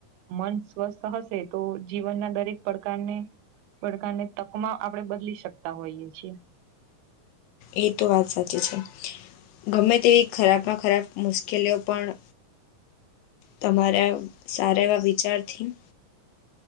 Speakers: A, on the right; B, on the left.
A: મન સ્વસ્થ હશે તો જીવનના દરેક પડકારને પડકારને તકમાં આપણેે બદલી શકતા હોઈએ છીએ.
B: એ તો વાત સાચી છે. ગમે તેવી ખરાબમાં ખરાબ મુશ્કેલીઓ પણ તમારા સારા એવા વિચારથી